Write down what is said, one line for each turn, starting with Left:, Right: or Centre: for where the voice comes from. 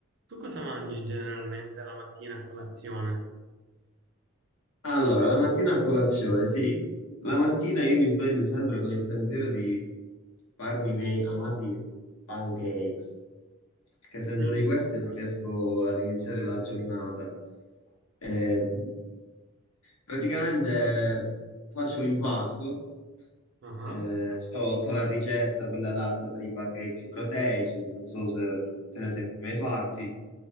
Right: Tu cosa mangi generalmente la mattina a colazione?
Left: Allora, la mattina a colazione, sì. La mattina io mi sveglio sempre con il pensiero di farmi i miei amati pancakes, che senza
Right: Mm.
Left: di questi non riesco ad iniziare la giornata. Ehm, praticamente faccio l'impasto,
Right: Ah,
Left: eh, c'ho tutta la ricetta, quella adatta per i pancake proteici, non so se te ne sei mai fatti.